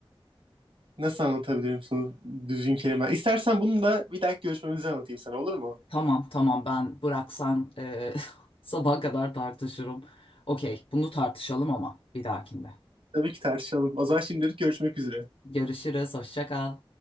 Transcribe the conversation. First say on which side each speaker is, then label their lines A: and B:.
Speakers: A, on the right; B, on the left.
A: Nasıl anlatabilirim sana düzgün kelime? İstersen bunu da bir dahaki görüşmemizi anlatayım sana olur mu?
B: Tamam tamam ben bıraksan e, <laughs> sabaha kadar tartışırım. Okey bunu tartışalım ama bir dahakinde.
A: Tabii ki tartışalım. O zaman şimdilik görüşmek üzere.
B: Görüşürüz hoşça kal.